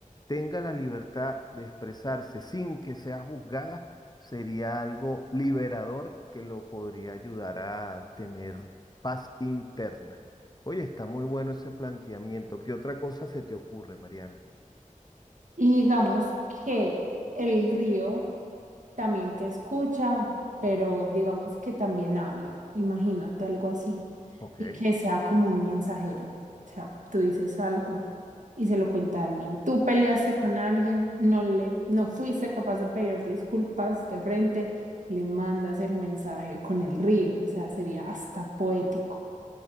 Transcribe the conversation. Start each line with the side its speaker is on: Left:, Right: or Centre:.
Left: tenga la libertad de expresarse sin que sea juzgada sería algo liberador que lo podría ayudar a tener paz interna. Oye, está muy bueno ese planteamiento. ¿Qué otra cosa se te ocurre, Mariana?
Right: Y digamos que el río también te escucha, pero digamos que también habla. Imagínate algo así.
Left: Ok.
Right: Y que sea como un mensajero. O sea, tú dices algo y se lo cuenta a alguien. Tú peleaste con alguien, no le, no fuiste capaz de pedir disculpas de frente, le mandas el mensaje con el río. O sea, sería hasta poético.